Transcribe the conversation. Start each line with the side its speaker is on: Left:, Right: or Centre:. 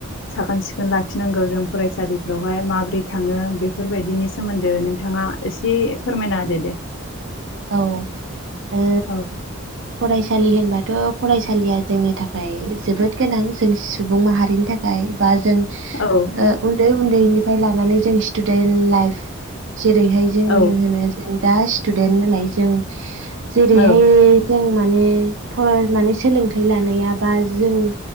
Left: साखोन-सिखोन लाखिनांगौ जों फरायसालिफ्रावहाय माब्रै थाङो बेफोरबायदिनि सोमोन्दो नोंथांङा एसे फोरमायना होदो दे।
Right: औ ओ
Left: औ
Right: फरायसालि होनबाथ' फरायसालिया जोंनि थाखाय जोबोद गोनां जों सुबुं माहारिनि थाखाय। बा जों
Left: औ
Right: ओ उन्दै उन्दैनिफ्राय लानानै जों स्टुदेन्ट लाइफ जेरैहाय जों
Left: औ
Right: होनो जों दा स्टुदेन्ट नालाय जों जेरैहाय
Left: औ
Right: जों माने'फर माने सोलोंथाइ लानाया बा जों